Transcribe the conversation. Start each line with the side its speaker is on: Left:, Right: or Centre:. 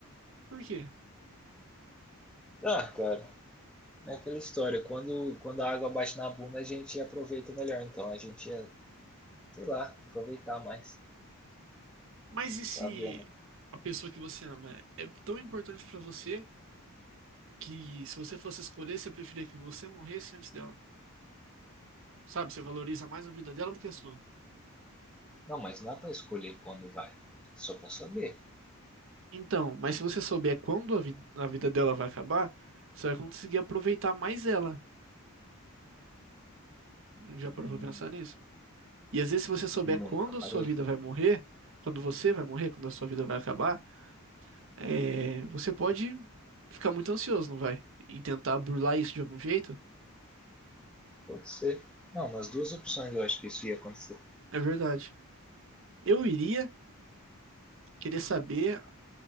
Right: Por quê?
Centre: Ah, cara, É aquela história, quando, quando a água bate na bunda, a gente aproveita melhor, então a gente ia, sei lá, aproveitar mais,
Right: Mas e
Centre: sabendo.
Right: se a pessoa que você ama é tão importante pra você que se você fosse escolher, você preferia que você morresse antes dela? Sabe, você valoriza mais a vida dela do que a sua.
Centre: Não, mas não dá pra escolher quando vai, é só pra saber.
Right: Então, mas se você souber quando a, vi a vida dela vai acabar, você vai conseguir aproveitar mais ela. Já
Centre: Hum,
Right: parou pra pensar nisso? E às vezes, se você souber
Centre: nunca
Right: quando a
Centre: parei,
Right: sua vida vai morrer, quando você vai morrer, quando a sua vida vai acabar, é, você pode ficar muito ansioso, não vai? E tentar burlar isso de algum jeito.
Centre: pode ser. Não, nas duas opções eu acho que isso ia acontecer.
Right: É verdade. Eu iria. querer saber